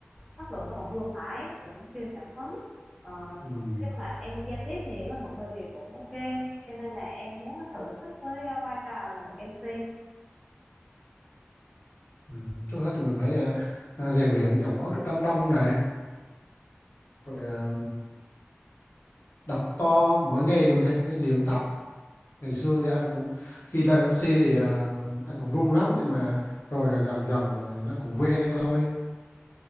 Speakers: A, on the right (about 15°); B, on the left (about 65°).
A: chất lượng nó cũng vừa phải cũng truyền cảm hứng Ờ,
B: ừm,
A: nhưng mà em giao tiếp thì với mọi người thì cũng ok cho nên là em muốn thử sức với ờ, vai trò là một MC
B: ừm. Trước hết thì mình phải à, à, rèn luyện giọng nói trước đám đông này rồi à, đọc to mỗi ngày mình hay phải luyện tập ngày xưa thì anh cũng khi làm MC thì à, anh cũng run lắm nhưng mà rồi dần dần dần rồi nó cũng quen thôi